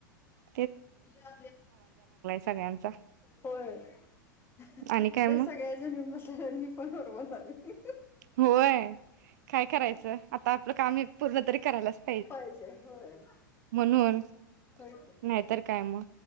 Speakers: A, on the right; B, on the left.
A: ह
B: हा
A: सगळ्यांचा
B: होय ते
A: आणि काय मग
B: सगळ्याजनी येऊन बसल्यात आणि मी फोनवर बोलायलोय.
A: होय काय करायचं आता आपलं काम हे पूर्ण तरी करायला पाहिजे.
B: पाहिजे होय.
A: म्हणून
B: होय की.
A: नाहीतर काय मग.